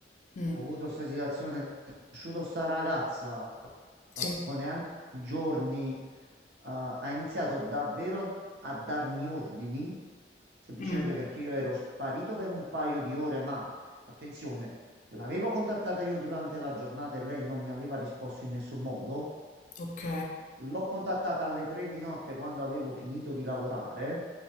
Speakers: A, on the left (about 45°); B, on the right (about 65°).
A: Mm,
B: ho avuto questa situazione, ho conosciuto sta ragazza,
A: sì,
B: eh, dopo neanche giorni eh, ha iniziato davvero a darmi ordini, semplicemente
A: Mm,
B: perché io ero sparito per un paio di ore, ma attenzione, l'avevo contattata io durante la giornata e lei non mi aveva risposto in nessun modo.
A: ok,
B: L'ho contattata alle tre di notte quando avevo finito di lavorare,